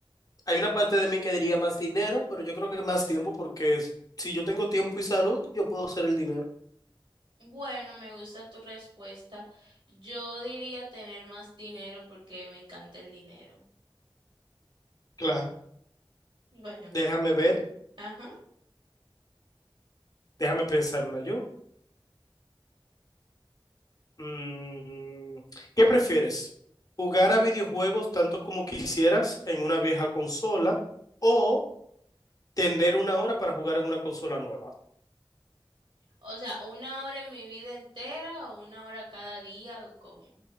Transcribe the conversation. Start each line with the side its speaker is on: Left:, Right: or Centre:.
Left: hay una parte de mí que diría más dinero, pero yo creo que más tiempo porque es- si yo tengo tiempo y salud, yo puedo hacer el dinero.
Right: Bueno, me gusta tu respuesta. Yo diría tener más dinero porque me encanta el dinero.
Left: Claro.
Right: Bueno,
Left: Déjame ver,
Right: ajá.
Left: déjame pensar una yo. Mm, ¿qué prefieres? ¿Jugar a videojuegos tanto como quisieras en una vieja consola o tener una hora para jugar en una consola nueva
Right: O sea, una hora en mi vida entera o una hora cada día o cómo.